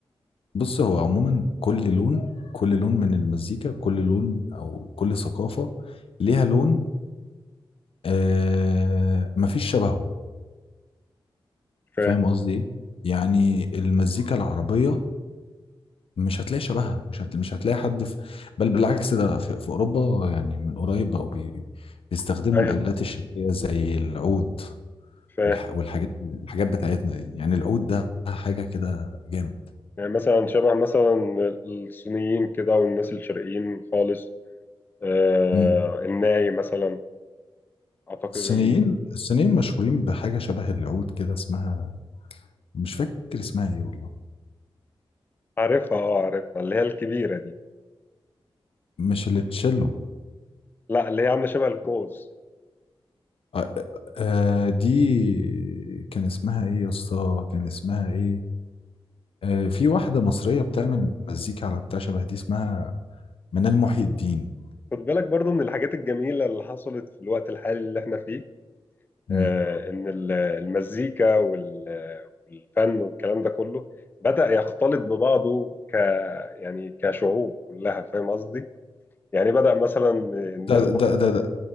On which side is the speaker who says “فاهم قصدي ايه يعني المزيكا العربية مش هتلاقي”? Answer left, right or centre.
Left